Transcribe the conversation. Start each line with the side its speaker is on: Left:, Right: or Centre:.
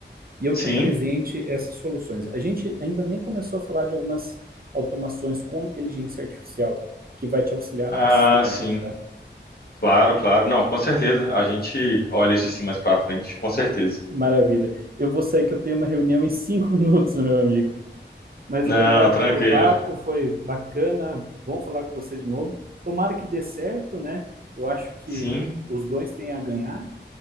Right: e eu
Left: Sim,
Right: te apresente essas soluções. A gente ainda nem começou a falar de algumas automações com inteligência artificial, que vai te auxiliar
Left: ah,
Right: bastante,
Left: sim,
Right: tá?
Left: claro, claro. Não, com certeza. A gente olha isso assim mais para frente, com certeza.
Right: Maravilha. Eu vou sair que eu tenho uma reunião em cinco <laughs> minutos, meu amigo. Mas
Left: Não,
Right: obrigado
Left: tranquilo.
Right: pelo papo, foi bacana, bom falar com você de novo. Tomara que dê certo, né? Eu acho que
Left: Sim,
Right: os dois têm a ganhar.